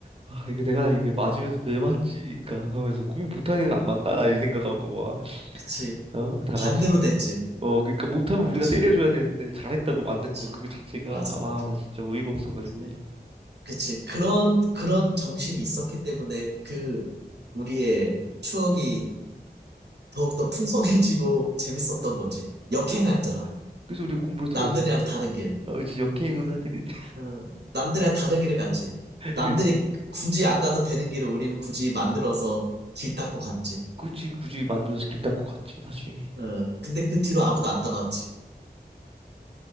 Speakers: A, on the right; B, on the right.
A: 아, 이거 내가 이게 맞으면서 왜 맞지? 그니까 하면서 공부 못하는 애들 안 만나나 이 생각하고 막
B: 그치.
A: 어 다
B: 반대로
A: 같이
B: 됐지.
A: 어, 그러니까 못하면 우리가
B: 그치,
A: 때려줘야 되는데 잘했다고 맞는
B: 그치.
A: 거 그거 자체가
B: 맞아.
A: 와, 나 진짜 어이가 없어가지고.
B: 예, 그치. 그런, 그런 정신이 있었기 때문에 그, 우리의 추억이 더욱더 풍성해지고 재밌었던
A: 네.
B: 거지. 역행했잖아.
A: 그래서 그래서 우리가 공부를 더
B: 남들이랑
A: 열심히 했나?
B: 다른 길.
A: 아, 그치 역행은 하긴 했지.
B: 음, 남들이랑 다른 길을 갔지. 남들이
A: 그치. <laughs>
B: 굳이 안 가도 되는 길을 우리는 굳이 만들어서 길 닦고 갔지.
A: 굳이 굳이 만들어서 길 닦고 갔지 사실.
B: 어, 근데 그 뒤로 아무도 안 따라왔지.